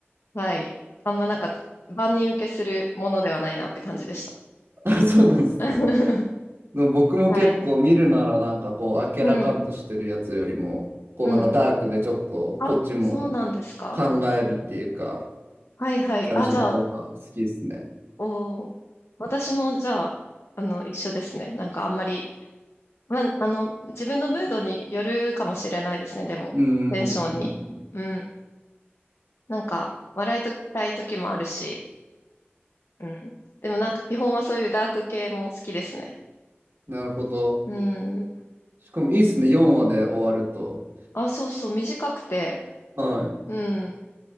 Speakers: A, on the left; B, on the right.
A: はい。あんまなんか、万人受けするものではないなって感じでした。
B: あ、そうなんですね。
A: <laughs>
B: でも僕も結構見るならなんかこう明らかんとしてるやつよりもこうなんかダークでちょっとこっちも
A: はい。うん、うん。あ、そうなんですか。
B: 考えるっていうか
A: はいはい。
B: 感じの方が好きですね。
A: あ、じゃあ、おー、私もじゃあ、あの、一緒ですね。なんかあんまり、まあ、あの、自分のムードによるかもしれないですね、でも、
B: うーん、
A: テンションに。うん。なんか、笑いとたい時もあるし、うん。でもなんか基本はそういうダーク系も好きですね。
B: なるほど。
A: うん。
B: しかもいいですね、4話で終わると。
A: あ、そうそう、短くて、
B: はい。
A: うん。